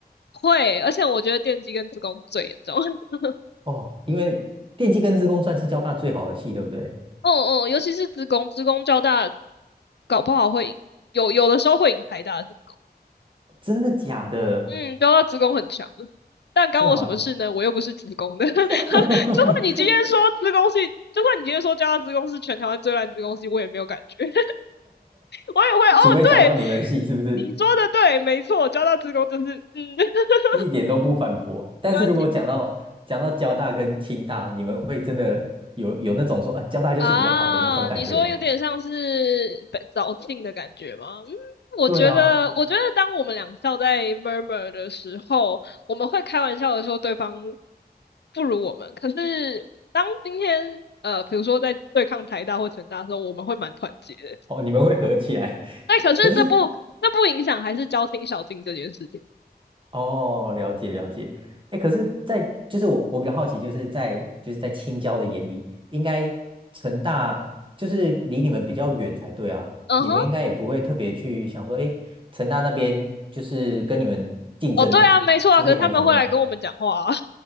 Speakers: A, on the left; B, on the right.
A: 会，而且我觉得电机跟职工最严重。<laughs>
B: 哦，因为电气跟资工算是交大最好的系，对不对？
A: 哦哦，尤其是职工，职工交大搞不好会赢，有有的时候会赢台大的资
B: 真的假的？
A: 嗯，交大子宫很强。但干我什么事呢？
B: 哇，
A: 我又不是子宫的。<laughs> 就
B: <laughs>
A: 算你今天说子宫是，就算你今天说交大子宫是全台湾最烂子宫系，我也没有感觉，<laughs> 我也会哦，
B: 除非讲到你们系是不是
A: 对，你说的对，没错，交大子宫就是，嗯，<laughs>
B: 一点都不反驳？但是如果讲到讲到交大跟清大，
A: 呃
B: 你们会真的有有那种说啊，交大就是比较好的那种感觉吗？
A: 啊，你说有点像是被早庆的感觉吗？嗯，我觉得，
B: 对啊，
A: 我觉得当我们两校在 murmur 的时候，我们会开玩笑的说对方不如我们。可是当今天，呃，比如说在对抗台大或成大的时候，我们会蛮团结的。
B: 哦，你们会合起来，
A: 那可是这不，
B: <laughs> 可是
A: 这不影响还是交心小静这件事情。
B: 哦，了解了解。哎，可是在，就是我我比较好奇，就是在就是在青椒的眼里，应该成大就是离你们比较远才对啊，
A: 嗯哼，
B: 你们应该也不会特别去想说，哎，成大那边就是跟你们竞争激烈还是怎么样？
A: 哦，对啊，没错啊。可是他们会来跟我们讲话啊。